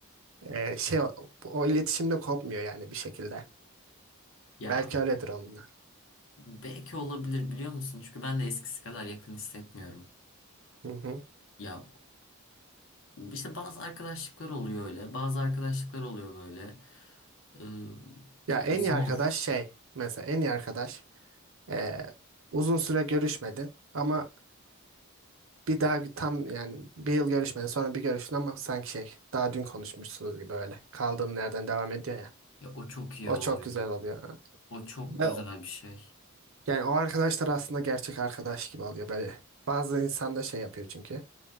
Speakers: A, on the right; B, on the left.
A: Ee, şey o, o iletişim kopmuyor yani bir şekilde.
B: Ya
A: Belki öyledir onunla.
B: belki olabilir biliyor musun? Çünkü ben de eskisi kadar yakın hissetmiyorum.
A: Hı hı.
B: Ya işte bazı arkadaşlıklar oluyor öyle, bazı arkadaşlıklar oluyor böyle. Ee,
A: Ya en
B: zor.
A: iyi arkadaş şey mesela en iyi arkadaş ee, uzun süre görüşmedin ama bir daha tam yani bir yıl görüşmedin sonra bir görüştün ama sanki şey daha dün konuşmuşsunuz gibi öyle kaldığın yerden devam ediyor ya.
B: Ya o çok iyi
A: O
B: oluyor.
A: çok güzel oluyor.
B: O çok
A: Ve
B: güzel
A: o-
B: bir şey.
A: yani o arkadaşlar aslında gerçek arkadaş gibi oluyor böyle. Bazı insan da şey yapıyor çünkü.